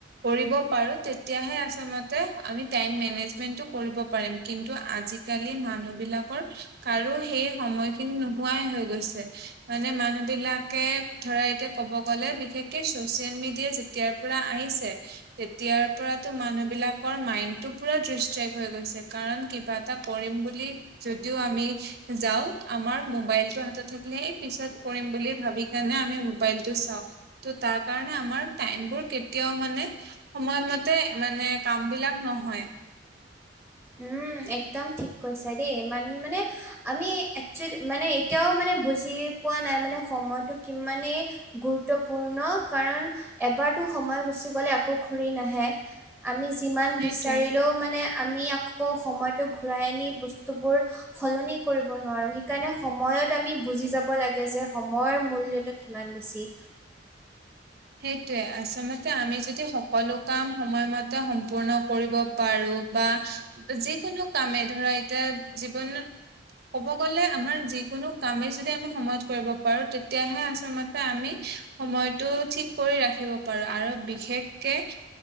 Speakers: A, on the right; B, in the centre.
A: কৰিব পাৰো তে তিয়াহে আচলতে আমি টাইম মেনেজমেন্টো কৰিব পাৰিম কিন্তু আজিকালি মানুহ বিলাকৰ কাৰো সেই সময়খিনি নোহোৱাই হৈ গৈছে। মানে মানুহ বিলাকে ধৰা এতিয়া ক'ব গ'লে বিশেষকে ছচিয়েল মিডিয়া যেতিয়াৰ পৰা আহিছে, তেতিয়াৰ পৰাতো মানুহ বিলাকৰ মাইণ্ডটো পুৰা ডিষ্ট্ৰেক্ট হৈ গৈছে কাৰণ কিবা এটা কৰিম বুলি যদিও আমি যাও আমাৰ মোবাইলটো হাততে থাকিলে এই পিছত কৰিম বুলি ভাবি তেনে আমি মোবাইলটো চাও, ত তাৰ কাৰণে আমাৰ টাইম বোৰ কেতিয়াও মানে সময়মতে মানে কাম বিলাক নহয়।
B: উম একদম ঠিক কৈছা দেই, ইমান মানে আমি একচেলি মানে এতিয়াও মানে বুজি পোৱা নাই মানে সময়টো কিমানেই গুৰুত্বপূৰ্ণ কাৰণ এবাৰতো সময় গুচি গলে আকৌ ঘূৰি নাহে। আমি যিমান
A: সেইটোৱে
B: বিচাৰিলেও মানে আমি আকৌ সময়টো ঘূৰাই আনি বস্তুবোৰ সলনি কৰিব নোৱাৰো। সেইকাৰণে সময়ত আমি বুজি যাব লাগে যে সময়ৰ মূল্যটোত কিমান বেছি।
A: সেইটোয়ে আচলতে আমি যদি সকলো কাম সময়মতে সম্পূৰ্ণ কৰিব পাৰো বা যিকোনো কামে ধৰা এতিয়া জীৱনত ক'ব গ'লে আমাৰ যিকোনো কামে যদি আমি সময়ত কৰিব পাৰো তেতিয়াহে আচলতে আমি সময়তো ঠিক কৰি ৰাখিব পাৰো আৰু বিশেষকে